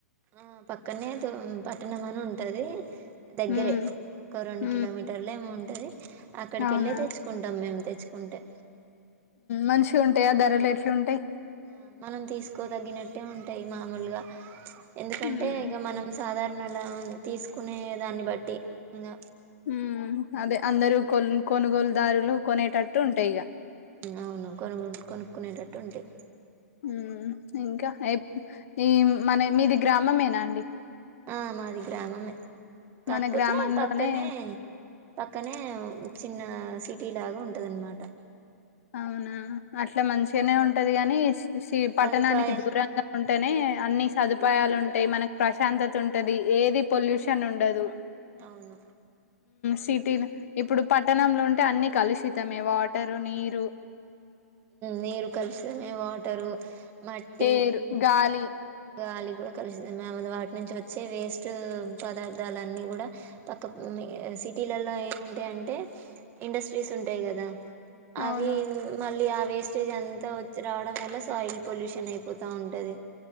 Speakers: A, on the right; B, on the left.
A: ఆ పక్కనే పట్టణం అని ఉంటది. దగ్గరే
B: మ్మ్
A: ఒక రెండు
B: మ్మ్
A: కిలోమీటర్లే ఏమో ఉంటది అక్కడికి
B: అవునా
A: ఎళ్ళే తెచ్చుకుంటాం మేము తెచ్ ఉంటే
B: మంచి ఉంటాయా ధరలు ఎట్లు ఉంటయి
A: ఆ మనం తీసుకో తగ్గినట్టే ఉంటాయి మామూలగ ఎందుకంటే
B: మ్మ్
A: ఇక మనం సాధార లా తీసుకునే దాన్ని బట్టి ఇంగ
B: ఉ అదే అందరు కొల్ కొనుగొల్ దారులు కొనేటట్టు ఉంటాయి ఇగ
A: అవును కొను కొనుక్కునేట ట్ వుంటాయ్
B: హు ఇంక ఏ ఈ మనే మీది గ్రామమేన అండి
A: ఆ మాది గ్రామమే కాకపోతే
B: మన గ్రామంలోనే
A: పక్కనే పక్కనే చిన్న సిటీ పటీ లాగా ఉంటదనమాట
B: అవునా అట్లా మంచిగానే ఉంటది గానీ ఉస్ శ
A: సదుపాయ
B: పట్టణానికి దూరంగా ఉ వెంటనే అన్ని సదుపాయాలు ఉంటాయి మనకు ప్రశాంతత ఉంటది ఏది పొల్యూషన్ ఉండదు
A: అవును
B: శీతిన్ ఇప్పుడు పట్టణంలో ఉంటే అన్ని కలుషితమే వాటర్ నీరు బరు
A: నీరు కలిసమే వాటరు మట్టి
B: హేరు గాలి
A: గాలి కూడా కలిసిందిా మేము వాటి నుంచి వచ్చే వేస్ట్ పదార్థాలు అన్నిీ కూడా పక్క సిటీలలో ఏముంటాయంటే ఇండస్ట్రీస్ ఉంటాయి కదా అవి
B: అవును
A: మళ్ళీ అవి వేస్టేజ్ అంతా వ రావడం వల్ల సాయిల్ పొల్యూషన్ అయిపోతా ఉంటది